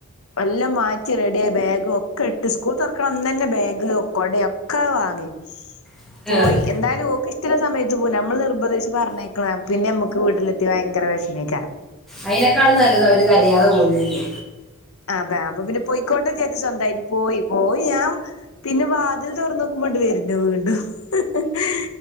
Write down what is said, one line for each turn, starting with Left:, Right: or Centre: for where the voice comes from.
Left: എല്ലാം മാറ്റി റെഡിയായി ബേഗ് ഒക്കെ ഇട്ട് സ്കൂൾ തൊറക്ക്ണ അന്നന്നെ ബാഗ്, കൊട ഒക്ക വാങ്ങ് മ്
Centre: ഒരു-
Left: പോയി എന്തായാലും ഓക്ക് ഇഷ്ടള്ള സമയത്ത് പോ വല്ലാതെ മ്മൾ നിർബന്ധിച്ച് പറഞ്ഞേക്ണെ പിന്നെമ്മക്ക് ക്ക് വീട്ടിലെത്തിയാ വയങ്കര വെഷ്മേക്കാരം.
Centre: അയിനെക്കാളും നല്ലത് അവര് കരിയാതെ പോകുന്നേല്ലേ
Left: അതെ അ അപ്പൊ പിന്നെ പൊയിക്കോട്ടെ വിചാര്ച്ച് സ്വന്തായിട്ട് പോയി. പോയി ഞാൻ പിന്നെ വാതിൽ തൊർന്നോക്കു മ്പൊണ്ട് വര്ന്ന ണ്ടൊ വീണ്ടും ഹ് ഹ് ഹേ